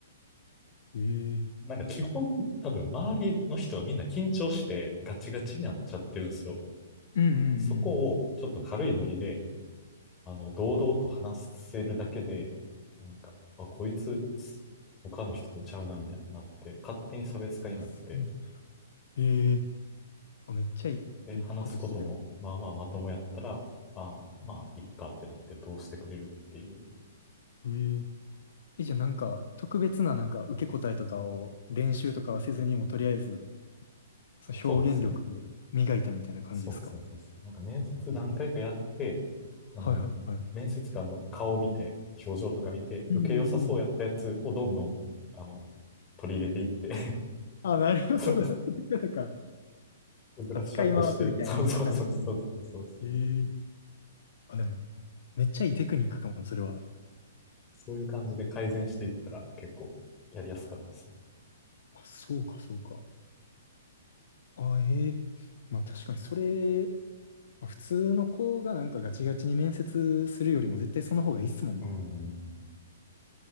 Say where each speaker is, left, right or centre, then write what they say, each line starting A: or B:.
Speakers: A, on the left; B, on the left.
A: ええ
B: なんか基本、多分周りの人はみんな緊張してガチガチになっちゃってるんですよ。
A: うんうんうんうんうん。
B: そこをちょっと軽いノリで、あの、堂々と話せるだけで、なんか、あ、こいつ、他の人とちゃうなみたいになって、勝手に差別化になって、
A: いや、そう。ええあ、めっちゃいいこと聞いた。
B: で、話すことも、まあまあまともやったら、あ、まあ、いっかってなって通してくれるっていう。
A: えー、え、じゃあなんか、特別ななんか受け答えとかを練習とかはせずにも、とりあえず、その表現力を磨いたみたいな感じですか
B: そうですね。そうですね、そうですね。なんか面接何回かやって、
A: えー
B: あの、
A: はいはいはい。
B: 面接官の顔を見て、表情とか見て、
A: うんうんうん。
B: 受け良さそうやったやつをどんどん、あの、取り入れていって
A: あ、なるほど。
B: <laughs> そう
A: そういうことか。
B: ブラッシュアップして、
A: あ、使い回すみたいな感じ。
B: そうそうそうそうそうそうそう。
A: えーあ、でも、めっちゃいいテクニックかも、それは。
B: そういう感じで改善していったら結構やりやすかったですね。
A: あ、そうか、そうか。あ、ええまあ確かにそれ、まあ普通の子がなんかガチガチに面接するよりも絶対その方がいいっすもんね。
B: うん。